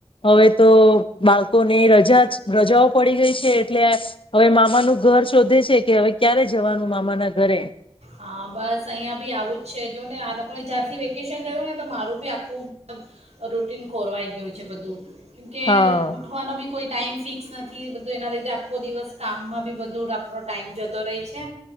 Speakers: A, on the left; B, on the right.
A: હવે તો બાળકોને રજા રજાઓ પડી ગઈ છે એટલે હવે મામ મામા નુ ઘર શોધે છે કે હવે ક્યારે જવાનું મામા ના ઘરે.
B: હા બસ અહિયાયા બી આવું જ છે જો ને આ લોકોને જ્યારથી વેકેશન થયું ને તો મારું બી આખું રૂટીન ખોરવાઈ ગયું છે બધું. કે,
A: હા
B: ઉઠવાનો બી... કોઈ ટાઈમ ફી ફિક્સ નથી બધો એના લીધે નથી, આખો દિવસ કામમાં બી... બધુ આપણો ટાઈમ જતો રહે છે.